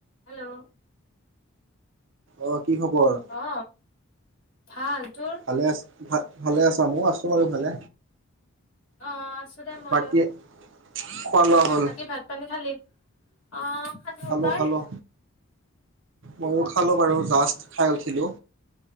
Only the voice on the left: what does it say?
হেল্ল'
অ ভাল তোৰ
অ আছো দে ময়ো
বাকী ভাত পানী খালি অ
তই
অ